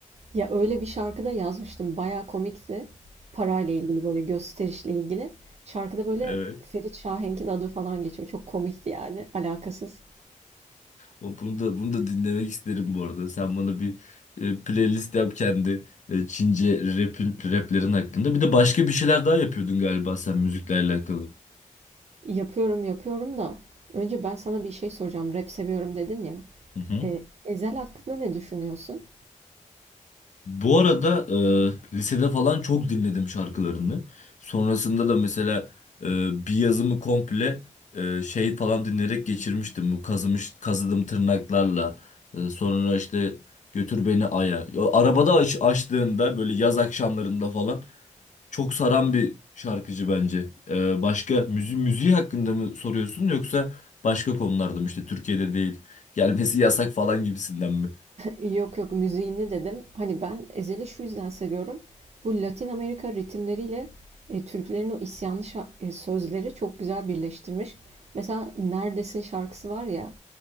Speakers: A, on the right; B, on the left.
A: Ya öyle bir şarkıda yazmıştım. Bayağı komikti. Parayla ilgili böyle gösterişle ilgili. Şarkıda böyle
B: Evet.
A: Ferit Şahenk'in adı falan geçiyor. Çok komikti yani alakasız.
B: O- Bunu da bunu da dinlemek isterim bu arada. Sen bana bir e, playlist yap kendi e, Çince rap'in raplerin hakkında. Bir de başka bir şeyler daha yapıyordun galiba sen müzikle alakalı.
A: Yapıyorum yapıyorum da önce ben sana bir şey soracağım. Rap seviyorum dedin ya.
B: Hı hı.
A: E, Ezel hakkında ne düşünüyorsun?
B: Bu arada e, lisede falan çok dinledim şarkılarını. Sonrasında da mesela e, bir yazımı komple e, şey falan dinleyerek geçirmiştim. Bu kazımış kazıdım tırnaklarla. E, sonra işte götür beni aya. Ya, arabada aç, açtığında böyle yaz akşamlarında falan çok saran bir şarkıcı bence. E, başka müzi müziği hakkında mı soruyorsun yoksa başka konularda mı işte Türkiye'de değil gelmesi yasak falan gibisinden mi?
A: Yok yok müziğini dedim. Hani ben Ezel'i şu yüzden seviyorum. Bu Latin Amerika ritimleriyle e, Türklerin o isyanlı şa- e, sözleri çok güzel birleştirmiş. Mesela Neredesin şarkısı var ya.